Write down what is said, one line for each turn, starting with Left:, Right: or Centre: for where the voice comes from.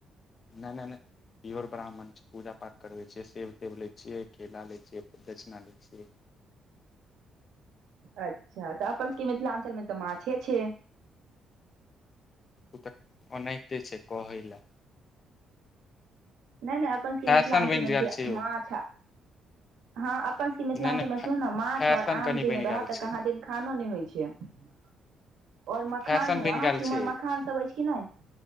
Left: नहि नहि नहि ईहोर ब्राह्मण छै पूजा पाठ करबै छियै सेब तव लै छियै केला लै छियै फेर दक्षिणा लै छियै
Right: अच्छा तऽ अपन सबके मिथिलाञ्चल मे तऽ माछे छै
Left: ओ तऽ ओनाहिते छै कहै लए
Right: नहि नहि अपन
Left: फैशन
Right: मिथिलाञ्चल
Left: बनि
Right: मे
Left: गेल
Right: जे
Left: छै यौ
Right: माछ हँ अपन सबके मिथिलाञ्चल
Left: नहि नहि
Right: मे सुनू ने माछ
Left: फैशन
Right: आओर आम
Left: कनि
Right: जेने
Left: बनि
Right: रहत
Left: गेल
Right: तऽ
Left: छै
Right: कहाँ दिन खानो नहि होइ छै आओर मखानो
Left: फैशन बनि
Right: अहाँ
Left: गेल
Right: सभके इम्हर
Left: छै
Right: मखान सभ अछि कि नहि